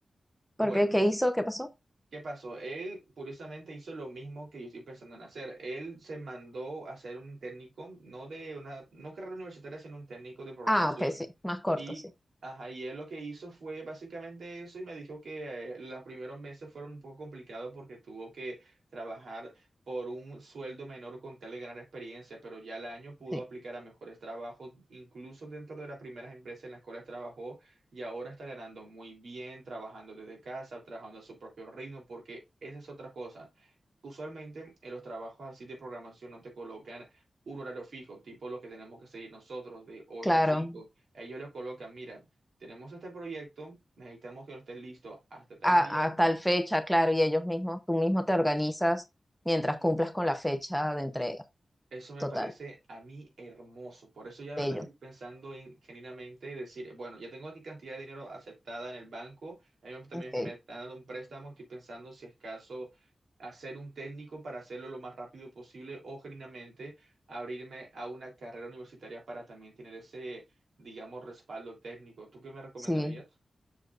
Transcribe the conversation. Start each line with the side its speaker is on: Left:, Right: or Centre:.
Right: Bueno,
Centre: ¿Por qué? ¿Qué hizo? ¿Qué pasó?
Right: ¿Qué pasó? Él curiosamente hizo lo mismo que yo estoy pensando en hacer. Él se mandó a hacer un técnico, no de una, no carrera universitaria, sino un técnico de programación
Centre: Ah, ok, sí. Más corto,
Right: y,
Centre: sí.
Right: ajá, y él lo que hizo fue básicamente eso y me dijo que eh, los primeros meses fueron un poco complicados porque tuvo que trabajar por un sueldo menor con tal de ganar experiencia, pero ya al año pudo
Centre: Sí,
Right: aplicar a mejores trabajos, incluso dentro de las primeras empresas en las cuales trabajó y ahora está ganando muy bien, trabajando desde casa, trabajando a su propio ritmo, porque esa es otra cosa. Usualmente en los trabajos así de programación no te colocan un horario fijo, tipo lo que tenemos que seguir nosotros de ocho
Centre: claro.
Right: a cinco ellos los colocan, mira, tenemos este proyecto, necesitamos que lo estés listo hasta tal
Centre: A,
Right: día.
Centre: a tal fecha, claro. Y ellos mismos, tú mismo te organizas mientras cumplas con la fecha de entrega.
Right: Eso me
Centre: Total.
Right: parece a mí hermoso. Por eso ya de
Centre: Bello.
Right: verdad es que estoy pensando en, genuinamente decir, bueno, ya tengo aquí cantidad de dinero aceptada en el banco, a mí me- también
Centre: Ok.
Right: me están dando un préstamo, estoy pensando si es caso hacer un técnico para hacerlo lo más rápido posible o genuinamente abrirme a una carrera universitaria para también tener ese, digamos, respaldo técnico. ¿Tú qué me recomendarías?
Centre: Sí.